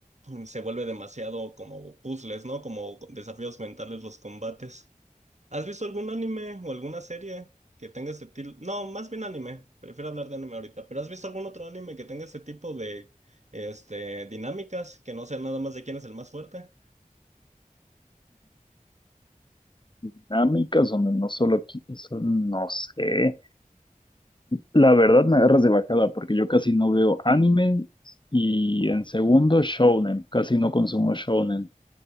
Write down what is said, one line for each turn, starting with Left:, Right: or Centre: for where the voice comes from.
Right: se vuelve demasiado como puzzles, ¿no? Como desafíos mentales los combates. ¿Has visto algún anime o alguna serie que tenga ese tipo? No, más bien anime. Prefiero hablar de anime ahorita. ¿Pero has visto algún otro anime que tenga ese tipo de este, dinámicas que no sea nada más de quién es el más fuerte?
Left: Dinámicas donde no solo, qui- eso no sé. La verdad me agarras de bajada porque yo casi no veo anime y en segundo shonen, casi no consumo shonen.